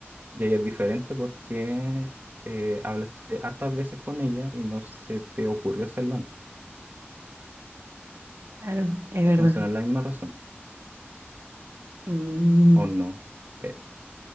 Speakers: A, on the right; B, on the right.
A: y ahí es diferente porque eh, hablaste hartas veces con ella y no se te ocurrió hacerlo antes.
B: Claro, es verdad.
A: Entonces no es la misma razón.
B: Mm,
A: O no, eh,